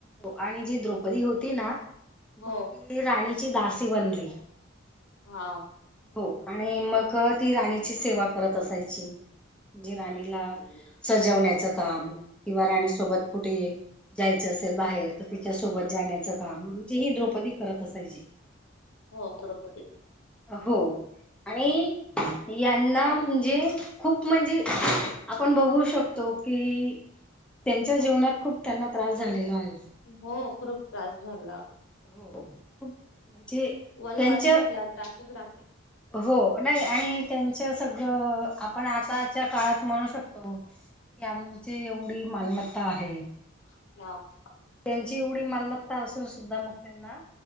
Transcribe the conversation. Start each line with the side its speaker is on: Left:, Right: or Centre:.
Centre: आणि जी द्रौ पदी होती ना मग
Left: हो
Centre: ती राणीची दासी बनली.
Left: हा
Centre: हो आणि मग ती राणी ची सेवा करत असायची म्हणजे राणीला सजवण्या चं काम किंवा राणी सोबत कुठे जायचं असेल बाहेर तर तिच्यासोबत जाण्याचं काम ही द्रौपदी करत असायची.
Left: हो द्रौपदी
Centre: हो आणि यां ना म्हणजे खूप म्हणजे आपण बघू शकतो. की त्यांच्या जीवनात खूप त्यांना त्रास झालेला आहे.
Left: हो खूप त्रास झाला.
Centre: हो म्हणजे
Left: वनवास
Centre: त्यांच्या
Left: म्हटल्यावर त्रासच रा
Centre: हो नाही आणि त्यांच सगळं आपण आताच्या काळात म्हणू शकतो. आमची एवढी मालमत्ता आहे.
Left: <unintelligible>
Centre: ची एवढी मालमत्ता असून सुद्धा मग त्यांना